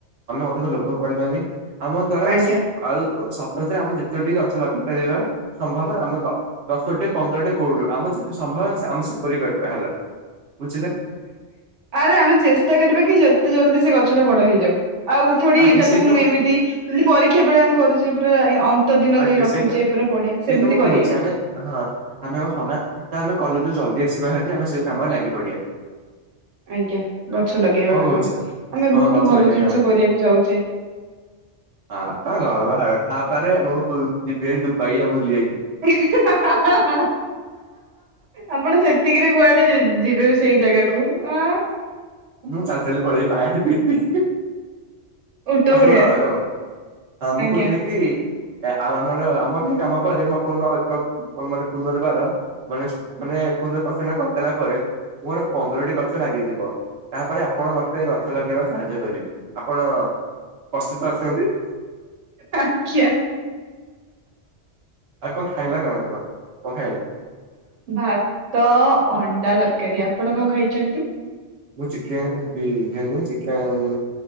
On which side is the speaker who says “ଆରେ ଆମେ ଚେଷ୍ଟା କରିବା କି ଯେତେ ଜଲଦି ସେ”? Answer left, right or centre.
Right